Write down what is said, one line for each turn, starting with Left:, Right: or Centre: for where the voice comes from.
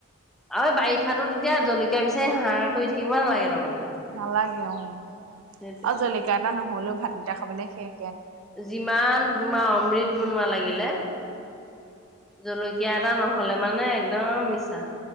Centre: এই বাৰিষা তেতিয়া জলকীয়া জলকীয়া বিচাৰি কৰি থাক নালাগে তাৰমানে।
Right: নালাগে অ'
Centre: সেইটোৱে
Right: আৰু জলকীয়া এটা নহ'লেও ভাতকিটা খাবলে শেষ।
Centre: যিমান তোমাৰ অমৃত বনোৱা লাগিলে। জলকীয়া এটা নহ'লে মানে একদম মিছা।